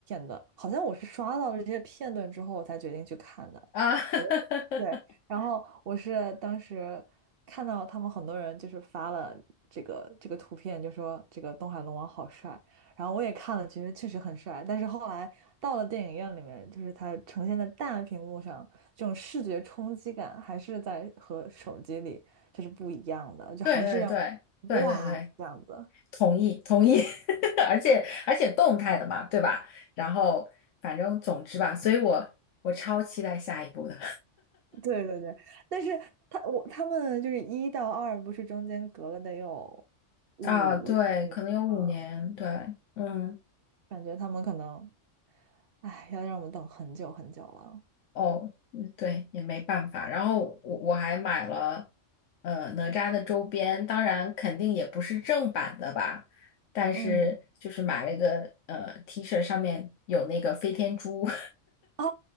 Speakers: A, on the right; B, on the left.
A: 段好像我是刷到了这些片段之后，我才决定去看的。
B: 啊，<laughs>
A: 我对，然后我是当时看到他们很多人就是发了这个这个图片，就说这个东海龙王好帅，然后我也看了，其实确实很帅，但是后来到了电影院里面，就是它呈现在大屏幕上，这种视觉冲击感还是在和手机里这是不一样的，就还是让我
B: 对对对对对对，
A: 哇这样子。
B: 同意同意，<laughs> 而且而且动态的嘛，对吧？然后反正总之吧，所以我我超期待下一部的
A: 对对对，但是他我他们就是一到二，不是中间隔了得有
B: <laughs>
A: 五六
B: 啊，对，可能有五年，
A: 吗？
B: 对，嗯。
A: 感觉他们可能，哎，要让我们等很久很久了。
B: 哦，嗯对，也没办法。然后我我还买了呃哪吒的周边，当然肯定也不是正版的吧，但是就是买了一个呃
A: 嗯，
B: T 恤，上面有那个飞天猪，
A: 哦，